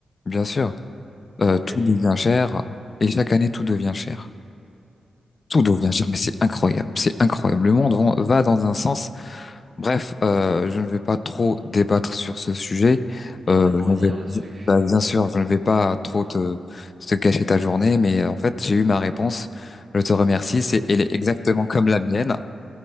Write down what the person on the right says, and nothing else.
pas en
gagner.
Il y
a tellement
à
dire
là-dessus.